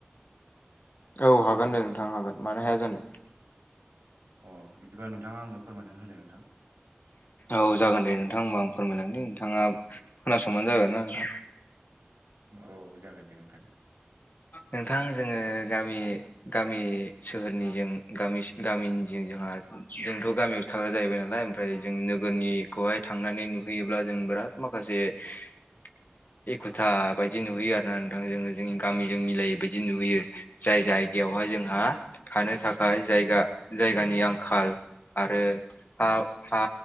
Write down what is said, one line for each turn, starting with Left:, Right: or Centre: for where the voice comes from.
Left: औ हागोन दे नोंथां हागोन मानो हाया जानो?
Right: अ बिदिबा नोंथाङा आंनो फोरमायनानै होलाय नोंथां ना
Left: औ जागोन दे नोंथां हबा आं फोरमायलांनि नोंथाङा खोनासंबानो जाबाय आरो ना नोंथां?
Right: औ जागोन दे नोंथां।
Left: नोंथां जोङो गामिनि गामि सोहोरनिजों गामि गामिनिजों जोंहा जोंथ' गामियावसोनो थाग्रा जाहैबाय नालाय ओमफ्राय जों नोगोरनिखौहाय थांनानै नुहैयोब्ला जों बिराद माखासेसो एखुथा बायदि नुहैयो आरो ना नोंथां जोङो जोंनिआ गामिजों मिलायै बायदि नुयो जाय जायगायावहाय जोंहाआ थानो थाखाय जायगा जायगानि आंखाल आरो हा हा